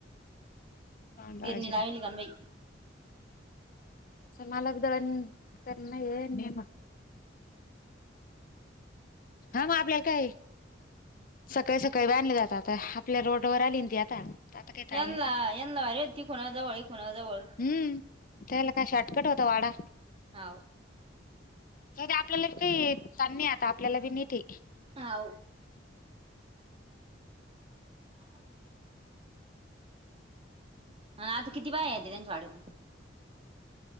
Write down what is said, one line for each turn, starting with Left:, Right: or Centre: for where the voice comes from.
Left: <unintelligible> चाल
Right: गिरणी लावेली कान बाई
Left: मलाबी दळण करणये. हा मग आपल्या काय. सकाळी सकाळी बांधले जातात आपल्या रोड वर आली ना ती आता. आता काय ताण
Right: यांना यांना भारी होती ती पुणा जवळ ह पुणा जवळ.
Left: हम्म त्याला काय शॉर्टकट होता वाडा.
Right: हाव.
Left: तर ते आपल्याला बी काही काम नाही आता आपल्याला बी नीेते.
Right: हाव गम <unintelligible> आता किती बाहे येते त्यांच्या वाड्यातून.